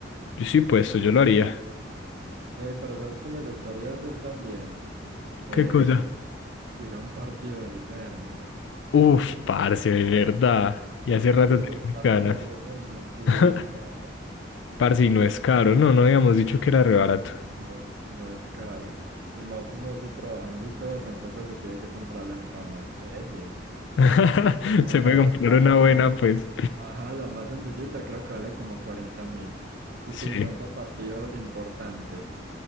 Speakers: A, on the left (about 70°); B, on the right (about 55°).
A: yo estoy puesto, yo lo haría.
B: Hey, pero sabes que me gustaría hacer también Eh,
A: ¿Qué cosa?
B: ir a un partido del Verde.
A: Uf, parce, de verdad. Y hace rato
B: Ese es
A: tenía
B: un parche
A: ganas.
B: bueno, sí,
A: <laughs>
B: claro.
A: Parce, y no es caro, no, no habíamos dicho que era re barato.
B: No, no es caro. Y más uno así trabajando y todo, tampoco se tiene que comprar la entrada más pelle.
A: <laughs>
B: La
A: Se
B: más,
A: puede comprar
B: la
A: una
B: más,
A: buena, pues.
B: ajá, la más sencillita creo que vale como cuarenta mil. Y
A: Sí.
B: pi- son para partidos importantes.